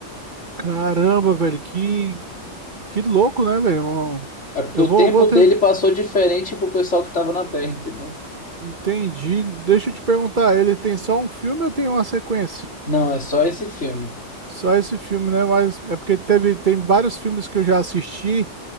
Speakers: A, on the right (about 40°); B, on the left (about 65°).
A: Caramba, velho, que, que louco, né, velho? Um-
B: É porque
A: Eu
B: o
A: vou,
B: tempo
A: vou ter.
B: dele passou diferente pro pessoal que tava na Terra, entendeu?
A: Entendi. Deixa eu te perguntar, ele tem só um filme ou tem uma sequência?
B: Não, é só esse filme.
A: Só esse filme, né? Mas é porque teve, tem vários filmes que eu já assisti.